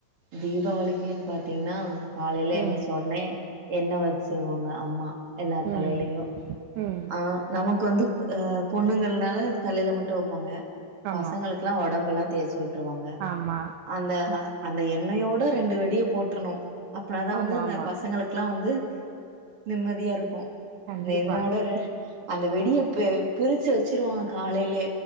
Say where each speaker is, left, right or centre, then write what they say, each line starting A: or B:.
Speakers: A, on the right; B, on the right.
A: தீபாவளிக்குன்னு பாத்தீங்கன்னா காலைல
B: ம்
A: எந்துச்ச ஒன்னே எண்ணெ வெச்சிருவாங்க அம்மா எல்லார்
B: ம்
A: தலைலயு
B: ம்
A: ஆ நமக்கு வந்து அ பொண்ணுங்கனால தலைல மட்டு வைப்பாங்க
B: ஆமா
A: பசங்களுக் குலா ஒடம்பெல்லா தேய்ச்சு வுட்டுருவாங்க
B: ஆமா
A: அந்த ஹ அந்த எண்ணெயோட ரெண்டு வெடிய போட்றனு அப்பனாதா
B: ஆமா
A: வந்து அந்த
B: ஆமா
A: பசங்களுக்குலா வந்து நிம்மதியாருக்கு
B: கண்டிப்பா
A: அந்த எண்ணோட ரெ அந்த வெடிய பெ பிரிச்சு வெச்சிருவாங்க காலைலே